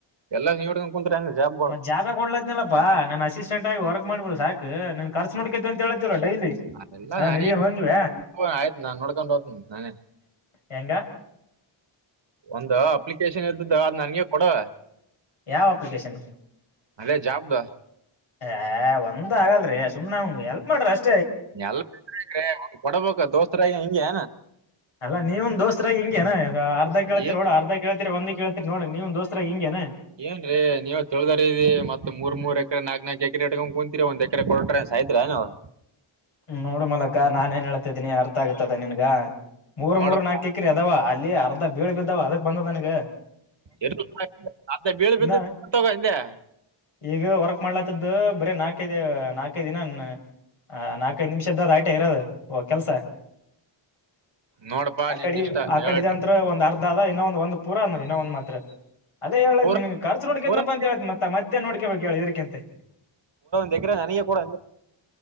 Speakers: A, on the right; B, on the left.
A: ಎಲ್ಲಾ ನೀವೇ ಇಟ್ಕೊಂಡು ಕುಂತ್ರೆ ಹೆಂಗೆ ಜಾಬ್ಗಳು
B: ಜಾಬ್ನೆ ಕೊಡತೀನಾಳಪ್ಪ ನನ್ ಅಸಿಸ್ಟೆಂಟ್ ಆಗಿ ವರ್ಕ್ ಮಾಡಬಿಡು ಸಾಕು ನಿನ್ನ ಖರ್ಚು ನೋಡ್ಕೋತೀನಿ ಅಂತ ಹೇಳತಿಲ್ವಾ ಡೈಲಿ
A: ಅದೆಲ್ಲ
B: ನಾವ್
A: ನನ
B: ಎಲ್ಲಿಗೆ ಹೋಗಿವ
A: ಆಯ್ತ ನಾನ್ ನೋಡ್ಕೊಂಡ್ ಹೋಗ್ತೀನೀ ನಾನೇ
B: ಹೆಂಗ
A: ಒಂದು ಅಪ್ಲಿಕೇಶನ್ ಇರ್ತಾದ್ದ ಆದ್ನಾ ನನ್ಗೆ ಕೊಡು
B: ಯಾವ ಅಪ್ಲಿಕೇಶನ್
A: ಅದೇ ಜಾಬ್ದು
B: ಏ ಒಂದ್ ಆಗಲ್ರಿ ಸುಮ್ನೆಗೆ ಹೆಲ್ಪ್ ಮಾಡ್ರಿ ಅಷ್ಟ
A: ಎಲ್ ಕೊಡಬೇಕ ದೋಸ್ರಾಗಿ ಹಿಂಗಗೆ
B: ಅಲ್ಲ ನೀವ ಒಂದ ದೋಸ್ತರಾಗ ಹಿಂಗೆಏ ಅರ್ಧ ಕೇಳ್ತಿರಿ
A: ಏನ್
B: ನೋಡು ಅರ್ಧ ಕೇಳ್ತಿರಿ ಒಂದ ಕೇಳ್ತಿರಿ ನೋಡಣ ನೀವ್ ದೋಸ್ತ್ರಾಗ ಹಿಂಗೇನೆ
A: ಏನ್ ರೀ ನೀವ ತಳ್ದದ ರೀ ಮತ್ ಮೂರ್ ಮೂರು ಎಕರೆ ನಾಕಕ್ ನಾಕಕ್ ಎಕರೆ ಇಟ್ಕೊಂಡ್ ಕುಂತೀರಿ ಒಂದ್ ರೆ ಕೊಟ್ರ ಸಾಯತೀರ ಏನವು
B: ನೋಡ್ ಮಲಕ ನಾನನ್ಏನ್ ಹೇಳ್ತಿದೀನಿ ಅರ್ಥ ಆಗತದ ನಿನ್ಗ ಮೂರ್
A: ನೋಡಪ್ಪ
B: ಮೂರ್ ನಾಲ್ಕಿ ಬಕ್ಕ್ರರಿ ಅದಾವ ಅಲ್ಲಿ ಅರ್ಧ ಬೀಳ ಬಿದ್ದಾವ ಅದಕ್ ಬಂದ ನನಗೆ
A: ಎ ಅ ಬೀಳ ಬಿದ್ದ
B: ಇನ್ನ
A: ತ ಹಿಂದೆ
B: ಈಗ ವರ್ಕ್ ಮಾಡ್ಲಾತ್ತದ್ದ ಬರೀ ನಾಲ್ಕೈದು ನಾಲ್ಕೈ ದಿನ ನಾ ನಾಕ್ಕೆದು ನಿಮಿಷದ್ದ ರೈಟ ಇರೋದುಓ ಕೆಲ್ಸ
A: ನೋಡಪ್ಪ
B: ಆ
A: ನಿನ್
B: ಕಡೆ
A: ಇಷ್ಟ
B: ಆ ಕಡೆದ
A: ಹೇಳಟ್ಟ
B: ಅಂತತ್ರ ಒಂದ್ ಅರ್ಧ ಅದ ಇನ್ನೊ ಒಂದ್ ಒಂದ್ ಪೂರ ಅಂದ್ರ ಇನ್ನೊ ಒಂದ್ ಮಾತ್ರ ಅದೇ ಹೇಳೇತ್
A: ಪೂರ
B: ನಿನ್ ಖರ್ಚ ನೋಡಕೇತ್ನಪ್ಪ
A: ಪೂರ
B: ಅ ಹೇಳೇತ್ತ್ತ ಮತ್ತೆ ನೋಡ್ಕಬೇಕಕ್ ಹೇಳಿ ಇದ್ರಕಂತೆ
A: ಹೇಕ್ರೆ ನನಗೆಗೂಡ